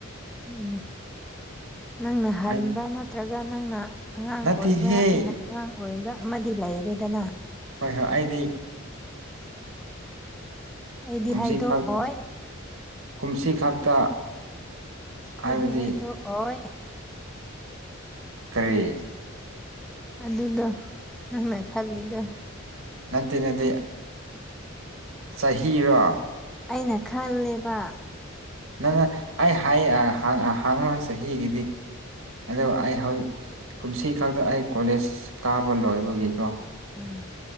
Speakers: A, in the centre; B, on the right (about 75°).
A: ꯎꯝ ꯅꯪꯅ ꯍꯟꯕ
B: ꯑꯩ
A: ꯅꯠꯇ꯭ꯔꯒ ꯅꯪꯅ ꯑꯉꯥꯡ
B: ꯅꯠꯇꯦꯍꯦ
A: ꯑꯣꯏꯕ꯭ꯔꯥ ꯑꯩꯅ ꯑꯉꯥꯡ ꯑꯣꯏꯕ꯭ꯔꯥ ꯑꯃꯗꯤ ꯂꯩꯔꯦꯗꯅ
B: ꯍꯣꯏ ꯍꯣꯏ ꯑꯩꯗꯤ
A: ꯑꯩꯗꯤ
B: ꯀꯨꯝꯁꯤ
A: ꯍꯥꯏꯗꯣꯛꯑꯣꯏ
B: ꯈꯛꯇ ꯀꯨꯝꯁꯤ ꯈꯛꯇ ꯍꯥꯏꯕꯗꯤ
A: ꯍꯥꯏꯗꯤ ꯍꯥꯏꯗꯨ ꯑꯣꯏꯣꯏ
B: ꯀꯔꯤ
A: ꯑꯗꯨꯗꯣ ꯅꯪꯅ ꯈꯜꯂꯤꯗꯣ
B: ꯅꯠꯇꯦ ꯅꯠꯇꯦ
A: <inaudible>
B: ꯆꯍꯤꯔꯣ
A: ꯑꯩꯅ ꯈꯜꯂꯤꯕ
B: ꯅꯪꯅ ꯑꯩ ꯍꯥꯏ ꯍꯪꯉꯣ ꯆꯍꯤꯒꯤꯗꯤ ꯑꯗꯣ ꯑꯩ ꯍꯧꯖꯤꯛ ꯀꯨꯝꯁꯤ ꯈꯛꯇ ꯑꯩ ꯀꯣꯂꯦꯖ ꯀꯥꯕ ꯂꯣꯏꯕꯒꯤꯀꯣ
A: ꯎꯝ